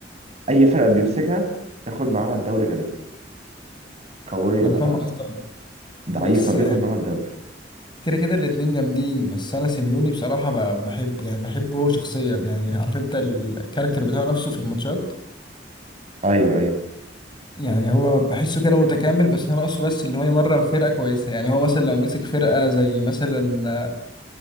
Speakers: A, on the right; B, on the left.
A: أي فرقة بيمسكها بياخد معاها الدوري غالبا قوية
B: ما
A: بقى
B: انا فاهم قصدك
A: ضعيفة
B: بس
A: بياخد
B: يعني
A: معاها الدوري
B: كده كده الاتنين جامدين بس انا سيميوني بصراحه ب- بحبه يعني بحبه هو شخصيا يعني عارف انت الكاركتر بتاعه نفسه في الماتشات
A: أيوه أيوه
B: يعني هو بحسه كده متكامل بس هو ناقصه بس ان هو يمرن فرقه كويسه يعني هو مثلا لو مسك فرقه زي مثلا